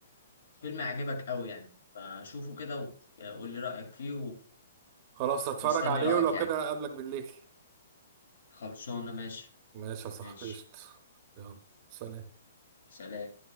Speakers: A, on the left (about 75°); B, on the right (about 25°).
A: فيلم هيعجبك قوي يعني فشوفه كده وقول لي رايك فيه
B: خلاص اتفرج
A: ومستني
B: عليه
A: رايك
B: ولو
A: يعني
B: كده اقابلك بالليل
A: خلصانه ماشي
B: ماشي يا صاحبي
A: ماشي
B: قشطة يلا سلام
A: سلام